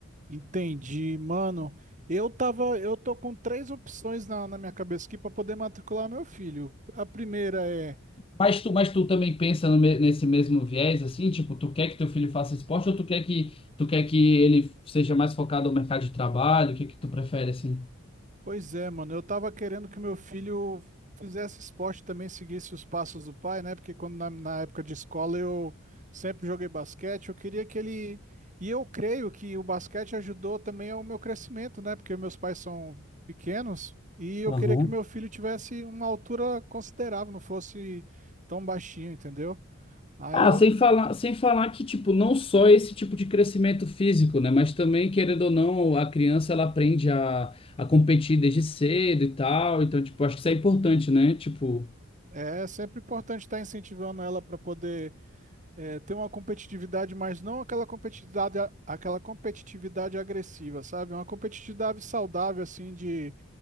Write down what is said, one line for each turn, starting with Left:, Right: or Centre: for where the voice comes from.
Right: Entendi, mano. Eu tava, eu tô com três opções na, na minha cabeça aqui pra poder matricular meu filho. A primeira é
Left: Mas tu, mas tu também pensa no me- nesse mesmo viés, assim, tipo, tu quer que teu filho faça esporte ou tu quer que, tu quer que ele seja mais focado no mercado de trabalho? O que que tu prefere, assim?
Right: Pois é, mano. Eu tava querendo que meu filho fizesse esporte também, seguisse os passos do pai, né? Porque quando na, na época de escola eu sempre joguei basquete, eu queria que ele. E eu creio que o basquete ajudou também ao meu crescimento, né? Porque meus pais são pequenos e eu
Left: Aham.
Right: queria que meu filho tivesse uma altura considerável, não fosse tão baixinho, entendeu? Aí
Left: Ah,
Right: eu.
Left: sem falar, sem falar que, tipo, não só esse tipo de crescimento físico, né? Mas também, querendo ou não, a criança, ela aprende a, a competir desde cedo e tal. Então, tipo, acho que isso é importante, né? Tipo,
Right: É é sempre importante estar incentivando ela para poder. É, ter uma competitividade, mas não aquela competitividade, aquela competitividade agressiva, sabe? É Uma competitividade saudável, assim, de